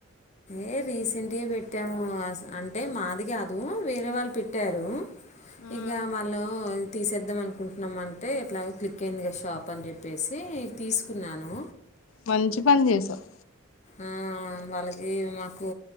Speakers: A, on the left; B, on the left.
A: ఏ రీసెంట్గా పెట్టాము అంటే మాది కాదు వేరే వాళ్ళు పెట్టారు
B: ఆ
A: ఇంకా వాళ్లు తీసేద్దాం అనుకుంటున్నామ అంటే ఎట్లాగో క్లిక్ అయింది కదా షాప్ అని చెప్పేసి తీసుకున్నాను
B: మంచి పని చేసావు
A: ఆ వాల ఇ మాకు